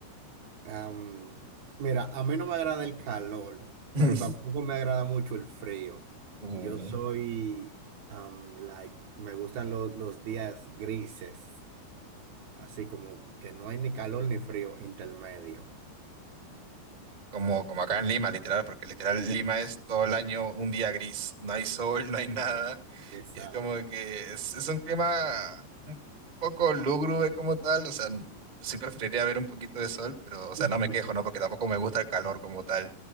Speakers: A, on the right; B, on the right.
A: Am, mira, a mí no me agrada el calor,
B: <laughs>
A: pero tampoco me agrada mucho el frío.
B: Uh.
A: Yo soy, am, like, me gustan lo- los días grises, así como que no hay ni calor ni frío intermedio.
B: Como, como acá en Lima, literal, porque literal Lima es todo el año un día gris, no hay sol, <laughs> no hay nada,
A: Exacto.
B: y es como que es, es un clima un poco lúgubre como tal, o sea, sí preferiría ver un poquito de sol, pero, o
A: <laughs>
B: sea, no me quejo, ¿no? Porque tampoco me gusta el calor como tal.